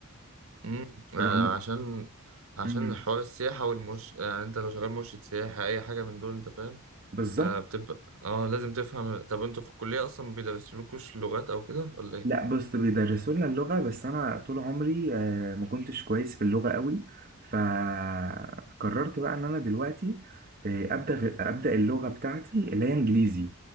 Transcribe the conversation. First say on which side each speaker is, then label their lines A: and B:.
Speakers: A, on the right; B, on the right.
A: أمم، آه،
B: رغم
A: عشان عشان
B: مم.
A: حوار السياحة والمرش يعني أنت لو شغال مرشد سياحة أي حاجة من دول أنت فاهم؟
B: بالظبط
A: آه بتبقى اه لازم تفهم طب انتوا في الكلية اصلا ما بيدرسولكوش لغات او كده ولا
B: لا بص بيدرسوا لنا اللغة بس أنا طول عمري آه، ما كنتش كويس في اللغة قوي فقررت بقى إن أنا دلوقتي آه، أبدأ أبدأ اللغة بتاعتي اللي هي إنجليزي